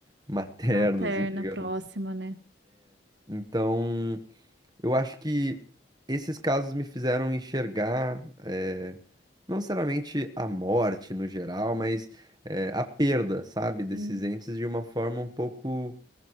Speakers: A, on the right; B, on the right.
A: materna,
B: Materna,
A: assim, digamos.
B: próxima, né?
A: Então. Eu acho que esses casos me fizeram enxergar, eh, não necessariamente a morte no geral, mas eh, a perda, sabe, desses
B: Sim.
A: entes de uma forma um pouco,